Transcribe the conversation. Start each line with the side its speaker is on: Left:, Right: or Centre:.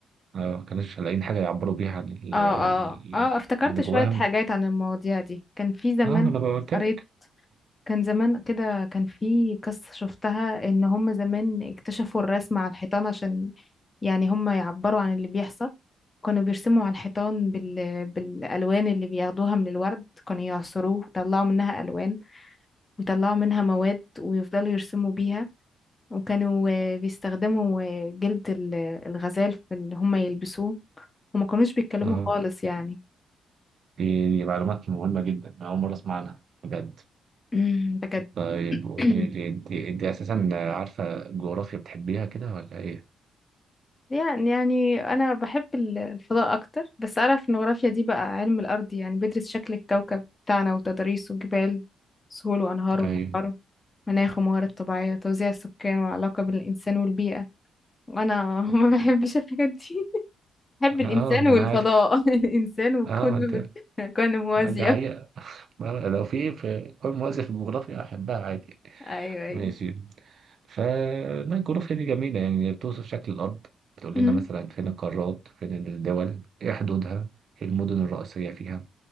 Right: آه، ما كانوش لاقيين حاجة يعبروا بيها عن ال-
Left: اه
Right: ال-
Left: اه اه افتكرت
Right: اللي
Left: شوية
Right: جواهم
Left: حاجات عن المواضيع دي كان في زمان
Right: اه انا قلت
Left: قريت
Right: لك
Left: كان زمان كده كان في قصة شفتها ان هم زمان اكتشفوا الرسم على الحيطان عشان يعني هم يعبروا عن اللي بيحصل كانوا بيرسموا على الحيطان بال... بالألوان اللي بياخدوها من الورد كانوا يعصروه ويطلعوا منها ألوان ويطلعوا منها مواد ويفضلوا يرسموا بيها وكانوا آه، بيستخدموا آه، جلد ال- الغزال في اللي هم يلبسوه وما كانوش بيتكلموا
Right: اه
Left: خالص يعني
Right: دي, دي معلومات مهمة جدا أنا أول مرة أسمع عنها بجد
Left: <clears throat> بجد
Right: طيب قولي
Left: <clears throat>
Right: لي أنت أنت أساسا عارفة جغرافيا بتحبيها كده ولا إيه؟
Left: يعني يعني أنا بحب ال- الفضاء أكتر بس أعرف إن الجغرافيا دي بقى علم الأرض يعني بيدرس شكل الكوكب بتاعنا وتضاريسه وجبال سهول وأنهار وبحار
Right: أيوه
Left: مناخ وموارد طبيعية توزيع السكان والعلاقة بين الإنسان والبيئة وأنا <laughs> ما بحبش الحاجات دي بحب
Right: اه
Left: الإنسان والفضاء
Right: أنا عارف
Left: <laughs> الإنسان وكل
Right: اه ما أنت
Left: <laughs> كون موازية
Right: دي حقيقة آه، لو في في كل مؤسسة في الجغرافيا أحبها عادي يعني.
Left: أيوه أيوه
Right: ماشي فلا الجغرافيا دي جميلة يعني هي بتوصف شكل الأرض بتقول لنا
Left: أمم.
Right: مثلا فين القارات فين الدول ايه حدودها ايه المدن الرئيسية فيها